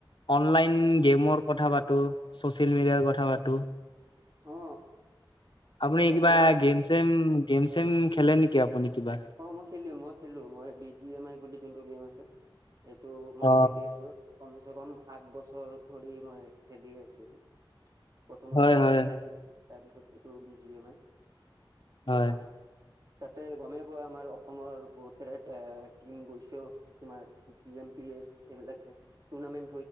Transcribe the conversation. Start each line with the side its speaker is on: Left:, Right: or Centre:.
Left: অনলাইন গেমৰ কথা পাতো, ছচিয়েল মিডিয়াৰ কথা পাতো।
Right: অ
Left: আপুনি
Right: পাতিব
Left: কিবা
Right: পাৰা
Left: গেম চেম গেম চেম খেলে নেকি আপুনি? কিবা?
Right: অ', মই খেলো মই খেলো মই বি জি এম আই বুলি যোনটো গেম আছে। এইটো মই
Left: অ',
Right: খেলি আছো। কমচেকম আঠ বছৰ ধৰি মই খেলিয়ে আছো এইটো। প্ৰথমত
Left: হয়,
Right: পাবজি
Left: হয়,
Right: আছিলে, তাৰপিছত এইটো বি জি এম আই।
Left: হয়,
Right: ত' তাতে গমে আমাৰ অসমৰ বহুত কেইটা টিম গৈছেও। তোমাৰ বি এম পি এছ এইবিলাক। টোৰ্নামেট